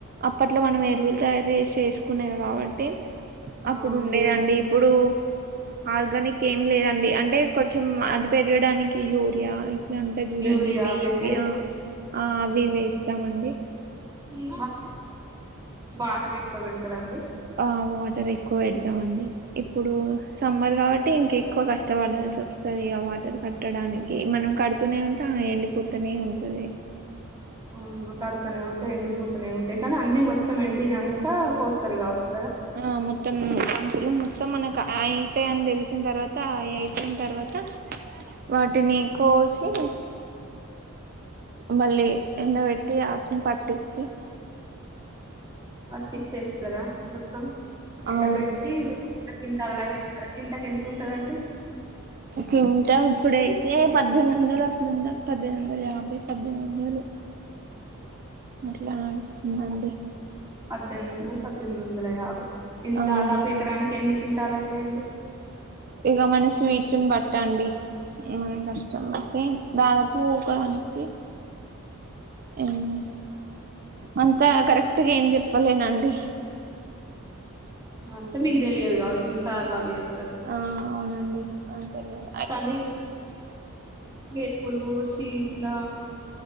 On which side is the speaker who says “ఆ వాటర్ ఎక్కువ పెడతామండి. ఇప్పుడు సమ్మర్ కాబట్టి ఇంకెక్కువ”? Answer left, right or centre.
Right